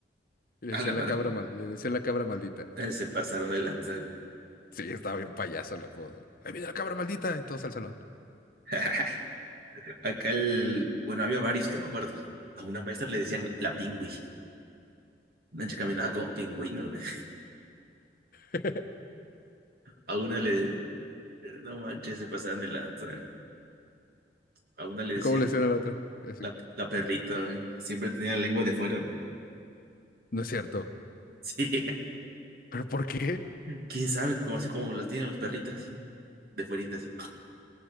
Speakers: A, on the left; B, on the right.
A: Y le
B: a
A: decían
B: la madre,
A: la cabra mal- le decían la cabra maldita.
B: eh, se pasaron de lanza, güey.
A: Sí, estaba bien payaso el apodo. Ahí viene la cabra maldita y todos al salón.
B: <laughs> Acá el, bueno, había varios que me acuerdo. A una maestra le decían la pingüi. Una chica caminaba como pingüino, güey.
A: <laughs>
B: A una le, eh, no manches, se pasaron de lanza, güey. A una le decían
A: ¿Cómo le decían a la otra? Así,
B: la, la perrita, güey. Siempre tenía la lengua de fuera, güey. <laughs>
A: No es cierto.
B: Sí.
A: ¿Pero por qué?
B: quién sabe, como así como las tienen los perritos, así, de fuerita, así,